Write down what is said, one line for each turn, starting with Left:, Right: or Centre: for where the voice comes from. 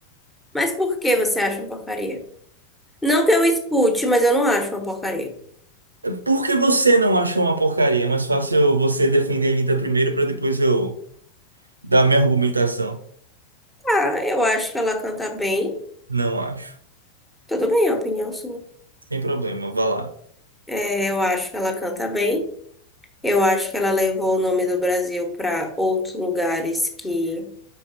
Centre: Mas por que você acha uma porcaria? Não que eu escute, mas eu não acho uma porcaria.
Right: Por que você não achou uma porcaria? É mais fácil você defender a Anitta primeiro pra depois eu dar minha argumentação.
Centre: Ah, eu acho que ela canta bem.
Right: Não acho.
Centre: Tudo bem, é a opinião sua.
Right: Sem problema, vá lá.
Centre: É, eu acho que ela canta bem. Eu acho que ela levou o nome do Brasil para outros lugares que